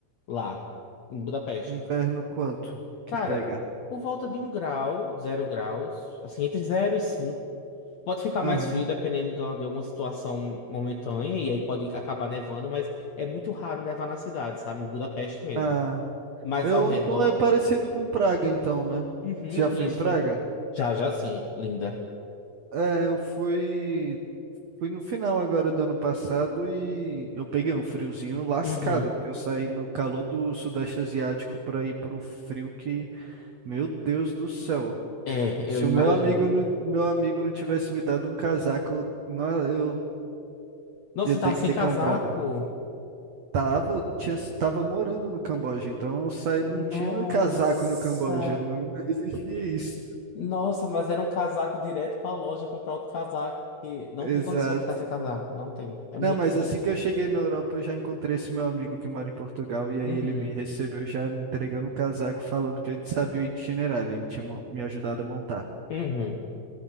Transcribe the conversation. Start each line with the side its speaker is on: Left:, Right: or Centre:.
Left: lá, em Budapeste.
Right: Inverno quanto
Left: Cara,
Right: que pega?
Left: por volta de um grau, zero graus, assim, entre zero e cinco. Pode ficar
Right: Aham.
Left: mais frio dependendo da- de alguma situação momentânea, e aí pode acabar nevando, mas é muito raro nevar na cidade, sabe? Em Budapeste mesmo.
Right: Ah,
Left: Mas
Right: eu
Left: ao redor,
Right: então é parecido com Praga, então, né?
Left: uhum,
Right: Você já foi
Left: isso.
Right: em Praga?
Left: Já, já sim, linda.
Right: É, eu fui. Fui no final agora do ano passado e eu peguei um friozinho lascado,
Left: Uhum.
Right: porque eu saí no calor do Sudeste Asiático para ir pro frio que, meu Deus do céu.
Left: É,
Right: Se
Left: eu imagino.
Right: o meu amigo, não- meu amigo não tivesse me dado um casaco, eu, nó- eu
Left: Nossa,
Right: ia
Left: você
Right: ter
Left: tava
Right: que
Left: sem
Right: ter
Left: casaco.
Right: comprado. Tava, eu tinha, tava morando no Camboja, então eu saí, não
Left: Nossa.
Right: tinha casaco no Camboja, não não existia isso.
Left: Nossa, mas era um casaco direto pra loja comprar outro casaco. Que não
Right: Exato.
Left: tem condição de ficar sem casaco. Não tem. É muito
Right: Não, mas
Left: frio.
Right: assim que eu cheguei na Europa, eu já encontrei esse meu amigo que mora em Portugal, e aí
Left: Uhum.
Right: ele me recebeu já me entregando o casaco, falando que ele sabia o itinerário, ele tinha mo- me ajudado a montar.
Left: Uhum.